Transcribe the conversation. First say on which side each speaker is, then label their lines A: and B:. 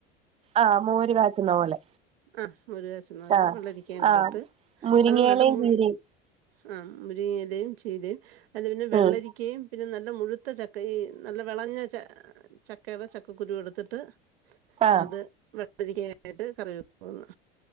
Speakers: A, on the right (about 20°); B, on the right (about 80°).
A: ആഹ് മോര് കാച്ചുന്ന പോലെ
B: ആഹ് മോര് കാച്ചുന്ന പോലെ
A: ആഹ്
B: വെള്ളരിക്കയും
A: ആഹ്
B: കൂടിട്ട്
A: മുരിങ്ങയിലയും
B: അത് നല്ല മു
A: ചീരയും
B: ആ മുരിങ്ങയെലയും, ചീരയും, അതില് പിന്നെ വെള്ളരിക്കയും
A: ഉം
B: പിന്നെ നല്ല മുഴുത്ത ചക്ക ഈ നല്ല വെളഞ്ഞ ച ചക്കയുടെ ചക്കക്കുരുവെടുത്തിട്ട്
A: ആഹ്
B: അത് വെള്ളരിക്കെആയിട്ട് കറിവെക്കോന്ന്